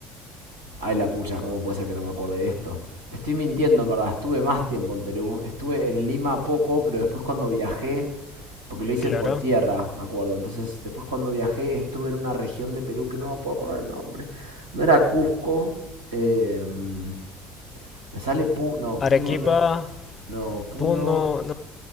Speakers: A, on the right; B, on the left.
A: Ay, la pucha, ¿cómo puede ser que no me acuerde de esto? Estoy mintiendo, en verdad. Estuve más tiempo en Perú. Estuve en Lima poco, pero después cuando viajé, porque lo hice
B: claro.
A: por tierra, me acuerdo. Entonces, después cuando viajé, estuve en una región de Perú que no me puedo acordar el nombre. No era Cusco. eh, me sale Puno. No,
B: Arequipa,
A: Puno no. No, Puno.
B: Puno, no.